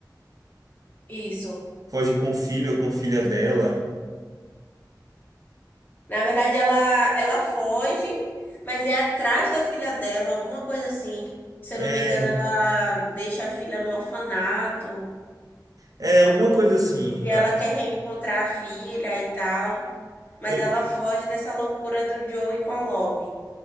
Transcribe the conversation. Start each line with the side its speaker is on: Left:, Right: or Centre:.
Left: Isso.
Right: Foge com o filho ou com a filha dela.
Left: Na verdade, ela, ela foge, mas é atrás da filha dela, alguma coisa assim. Se
Right: É,
Left: eu não me engano, ela deixa a filha no orfanato
Right: é alguma coisa assim.
Left: e ela
Right: Ah,
Left: quer reencontrar a filha e tal. Mas
Right: eu-
Left: ela foge dessa loucura do Joey com a Love.